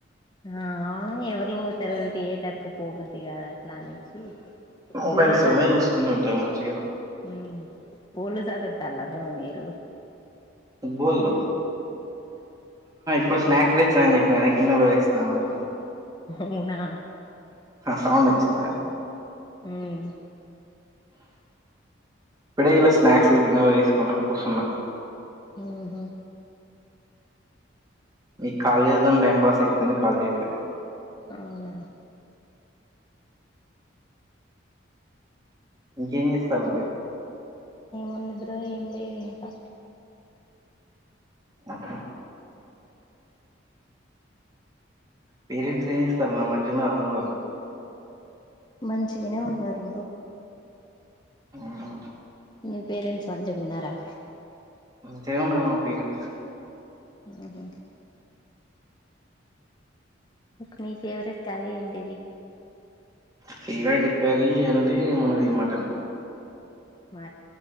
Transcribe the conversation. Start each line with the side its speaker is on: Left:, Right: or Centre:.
Left: ఆ అవును ఎవరుతరు తీయటర్కి పోబు ఇగా లానేసి
Right: మొబైల్స్
Left: బోల్
Right: లోనే చూసుకుంటుంటారు మంచిగా
Left: <unintelligible> <unintelligible> పల్ బ్రో మీరు
Right: బోల్ ఇప్పుడు స్నాక్స్ దెచ్చానని చెప్పినారా గిన్నెలో వేస్తాను వాటిని
Left: అవునా
Right: సౌండ్ వచ్చుంద
Left: ఉమ్
Right: పిడైలో స్నాక్స్ గిన్నెవ తీసుకొని కూర్చున్నా
Left: ఊహు
Right: మీ కాల్ జేద్దాం టైం పాస్ అయితాని కాల్ జేసాను
Left: అవునా
Right: ఇంకేం జేస్తాళ్ళు మీరు
Left: ముందు బ్ర ఏం లేదు ఇంకా
Right: అఓకా పేరెంట్స్ ఇస్తా మా మంచించి అమ్ వాళ్ళ
Left: మంచిగానే ఉన్నారు
Right: అవు
Left: మీ పేరెంట్స్ మంచిగున్నారా
Right: తెరవున్నా పోయరు
Left: ఆహా ఇకు మీ ఫేవరెట్ క్యారిీ ఏంటిది
Right: ఫేవరెట్ కర్రీ అంటే మనది మటన్
Left: మా